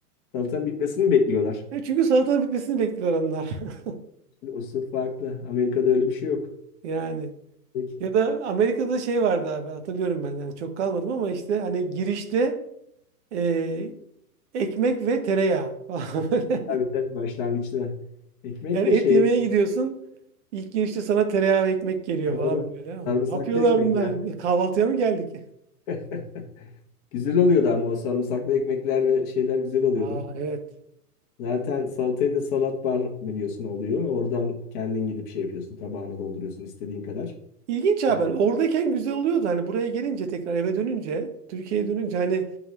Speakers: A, on the left; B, on the right.
A: Salatanın bitmesini mi bekliyorlar?
B: E, çünkü salatanın bitmesini bekliyor onlar. <laughs>
A: O sırf farklı. Amerika'da öyle bir şey yok.
B: Yani
A: Peki.
B: ya da Amerika'da şey vardı abi hatırlıyorum ben. Yani çok kalmadım ama işte hani girişte Ee, ekmek ve tereyağı falan <laughs> böyle.
A: Tabii tabii başlangıçta. Ekmek
B: Yani
A: de şey
B: et yemeye gidiyorsun. İlk girişte sana tereyağı ve ekmek geliyor
A: doğru.
B: falan böyle.
A: Sarımsaklı
B: Ne yapıyorlar
A: ekmekler.
B: bunlar? E, Kahvaltıya mı geldik?
A: <laughs> Güzel oluyordu ama o sarımsaklı ekmekler ve şeyler güzel oluyordu.
B: <laughs> Aa evet.
A: Zaten salatayı da salat bar biliyorsun oluyor. Oradan kendin gidip şey yapıyorsun. Tabağına dolduruyorsun istediğin kadar.
B: İlginç haber.
A: Evet.
B: Oradayken güzel oluyordu. Hani buraya gelince tekrar eve dönünce, Türkiye'ye dönünce hani